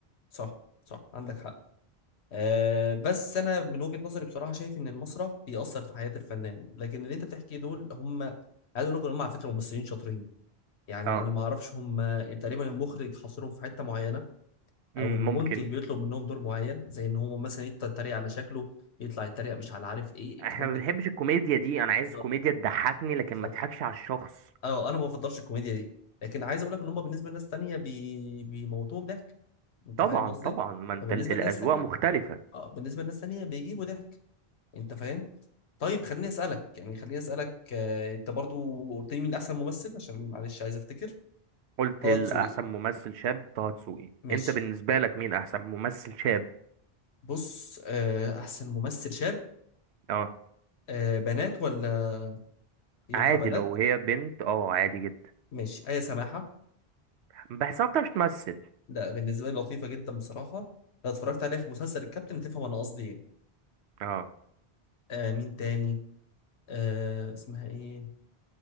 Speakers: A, on the left (about 85°); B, on the right (about 85°).
A: صح صح عندك حق أه بس أنا من وجهة نظري بصراحة شايف إن المسرح بيأثر في حياة الفنان لكن اللي أنت بتحكيه دول هم عايز أقول لك إن هم على فكرة ممثلين شاطرين يعني
B: اه
A: أنا ما أعرفش هم تقريبا المخرج حاصرهم في حتة معينة
B: امم
A: أو المنتج
B: ممكن
A: بيطلب منهم دور معين زي إن هو مثلا يتريق على شكله يطلع يتريق مش على عارف إيه الكلام
B: احنا ما
A: ده
B: بنحبش
A: كله
B: الكوميديا دي انا عايز
A: بالظبط
B: كوميديا تضحكني لكن
A: بالظبط
B: ما تضحكش على الشخص
A: أه أنا ما بفضلش الكوميديا دي لكن عايز أقول لك إن هم بالنسبة لناس تانية بي... بيموتوهم ضحك انت
B: طبعا
A: فاهم قصدي
B: طبعا ما انت
A: فبالنسبه
B: ال- الاذواق
A: للناس الثانيه
B: مختلفه
A: اه بالنسبه للناس الثانيه بيجيبوا ضحك انت فاهم طيب خليني اسالك يعني خليني اسالك آه، انت برضو قلت لي مين احسن ممثل عشان معلش عايز افتكر
B: قلت
A: طه
B: الاحسن
A: دسوقي
B: ممثل شاب طه دسوقي
A: ماشي
B: انت بالنسبه لك مين احسن ممثل شاب
A: بص آه، احسن ممثل شاب
B: اه
A: آه، بنات ولا ينفع
B: عادي
A: بنات
B: لو هي بنت اه عادي جدا
A: ماشي ايه سماحه
B: بحسها ما بتعرفش تمثل
A: لا بالنسبه لي لطيفه جدا بصراحه لو اتفرجت عليها في مسلسل الكابتن هتفهم انا قصدي ايه
B: اه
A: آه، مين تاني آه، اسمها ايه